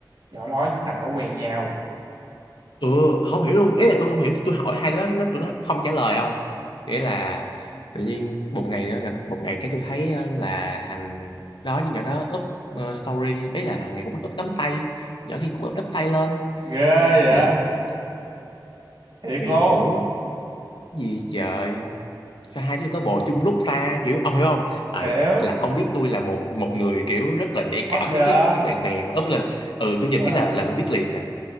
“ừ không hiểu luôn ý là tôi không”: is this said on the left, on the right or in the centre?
Left